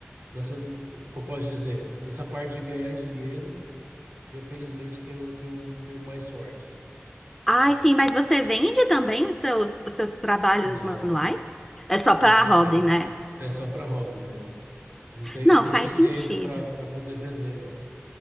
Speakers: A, on the right; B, in the centre.
A: nessa, como eu posso dizer, nessa parte de ganhar dinheiro, eu felizmente tenho, tenho, tenho mais sorte.
B: Ai,
A: É,
B: sim, mas você vende também os seus, os seus trabalhos
A: Não,
B: manuais? É só pra
A: não, não
B: hobby,
A: vendo.
B: né?
A: É só para hobby mesmo. Não tenho
B: Não,
A: proficiência
B: faz sentido.
A: para para poder vender, não.